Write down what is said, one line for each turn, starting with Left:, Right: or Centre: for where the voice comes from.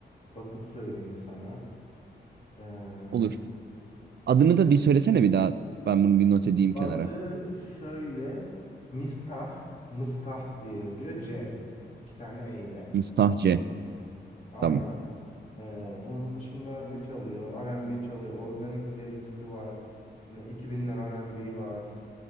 Left: bakıp söyleyeyim sana. Ee,
Right: olur. Adını da bir söylesene bir daha. Ben bunu bir not edeyim
Left: adı
Right: kenara.
Left: şöyle Mistah Mıstah diye yazıyor. C. İki tane E ile.
Right: Mistah C.
Left: Aynen.
Right: Tamam.
Left: Ee, onun dışında ne çalıyor? R&B çalıyor. Organik playlisti var. Ee, 2000'ler R&B var.